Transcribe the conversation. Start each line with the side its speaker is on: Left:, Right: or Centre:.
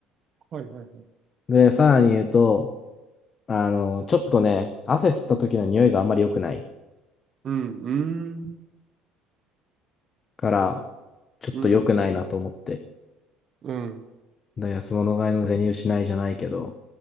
Right: はいはいはい。
Left: で、さらに言うと、あの、ちょっとね、汗吸った時の匂いがあんまり良くない
Right: うん。うーん。
Left: から、ちょっと良くないなと思って。
Right: うん。うん。
Left: だ安物買いの銭失いじゃないけど、